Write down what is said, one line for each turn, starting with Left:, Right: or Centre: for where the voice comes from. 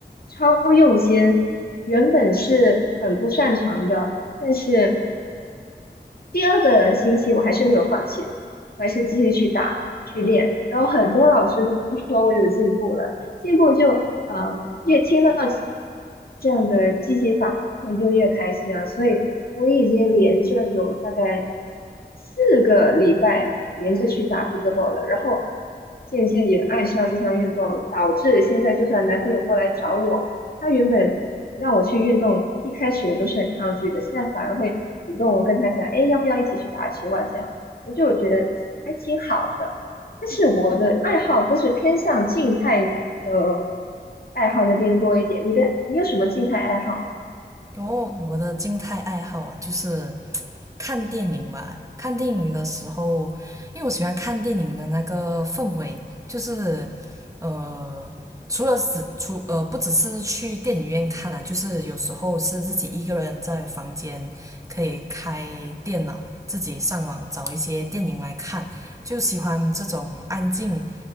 Left: 超用心，原本是很不擅长的，但是。第二个星期我还是没有放弃，我还是继续去打去练，然后很多老师都说我有进步了，进步就呃越听到这样的积极反馈就越开心啊，所以我已经连着有大概四个礼拜连着去打 pickleball 了，然后渐渐也爱上这项运动，导致现在就算男朋友过来找我，他原本让我去运动，一开始我都是很抗拒的，现在反而会主动我跟他讲，哎，要不要一起去打球啊？这样，我就觉得还挺好的。但是我的爱好都是偏向静态的爱好那边多一点。你的，你有什么静态爱好吗？
Right: 哦，我的静态爱好啊，就是看电影嘛，看电影的时候，因为我喜欢看电影的那个氛围，就是呃，除了只除呃不只是去电影院看啊，就是有时候是自己一个人在房间可以开电脑，自己上网找一些电影来看，就喜欢这种安静